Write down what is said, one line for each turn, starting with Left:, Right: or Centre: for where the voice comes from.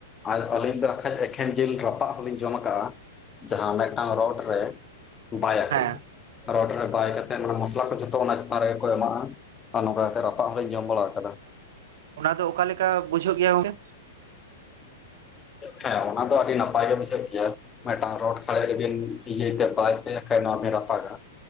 Left: ᱟᱨ ᱟᱹᱞᱤᱧ ᱫᱚ ᱵᱟᱠᱷᱟᱡ ᱮᱠᱷᱮᱱ ᱡᱤᱞ ᱨᱟᱯᱟᱜ ᱦᱚᱞᱤᱧ ᱡᱚᱢ ᱟᱠᱟᱜᱼᱟ᱾ ᱡᱟᱦᱟᱸ ᱢᱤᱫᱴᱟᱝ ᱨᱚᱰ ᱨᱮ ᱵᱟᱭᱟ
Right: ᱦᱮᱸ
Left: ᱠᱩ᱾ ᱨᱚᱰ ᱨᱮ ᱵᱟᱭ ᱠᱟᱛᱮᱫ ᱢᱟᱱᱮ ᱢᱚᱥᱞᱟ ᱠᱚ ᱡᱷᱚᱛᱚ ᱚᱱᱟ ᱪᱮᱛᱟᱱ ᱨᱮᱜᱮ ᱠᱚ ᱮᱢᱟᱜᱼᱟ᱾ ᱟᱨ ᱱᱚᱝᱠᱟ ᱠᱟᱛᱮ ᱨᱟᱯᱟᱜ ᱦᱚᱸᱞᱤᱧ ᱡᱚᱢ ᱵᱟᱲᱟ ᱟᱠᱟᱫᱟ᱾
Right: ᱚᱱᱟ ᱫᱚ ᱚᱠᱟᱞᱮᱠᱟ ᱵᱩᱡᱷᱟᱹᱜ ᱜᱮᱭᱟ ᱜᱚᱢᱠᱮ?
Left: ᱦᱮᱸ ᱚᱱᱟ ᱫᱚ ᱟᱹᱰᱤ ᱱᱟᱯᱟᱭ ᱜᱮ ᱵᱩᱡᱷᱟᱹᱜ ᱜᱮᱭᱟ ᱢᱤᱫᱴᱟᱝ ᱨᱚᱰ ᱠᱷᱟᱲᱮᱡ ᱨᱮᱵᱤᱱ ᱤᱭᱟᱹᱭᱛᱮ ᱵᱟᱭ ᱛᱮ ᱠᱷᱟᱡ ᱱᱚᱣᱟ ᱵᱤᱱ ᱨᱟᱯᱟᱜᱟ᱾